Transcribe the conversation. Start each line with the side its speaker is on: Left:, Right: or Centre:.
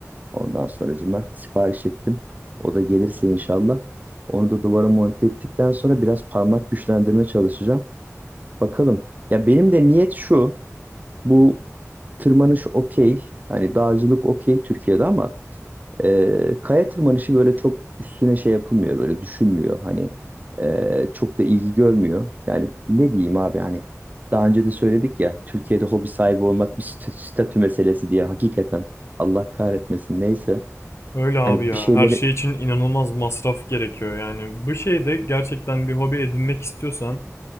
Right: Ondan sonracıma sipariş ettim. O da gelirse inşallah. Onu da duvara monte ettikten sonra biraz parmak güçlendirme çalışacağım. Bakalım. Ya benim de niyet şu. Bu tırmanış okey. Hani dağcılık okey Türkiye'de ama e, kaya tırmanışı böyle çok üstüne şey yapılmıyor. Böyle düşünmüyor. Hani e, çok da ilgi görmüyor. Yani ne diyeyim abi hani daha önce de söyledik ya Türkiye'de hobi sahibi olmak bir statü statü meselesi diye hakikaten Allah kahretmesin neyse
Left: Öyle abi
Right: hani
Left: ya.
Right: bir şeyleri
Left: Her şey için inanılmaz masraf gerekiyor. Yani bu şeyde gerçekten bir hobi edinmek istiyorsan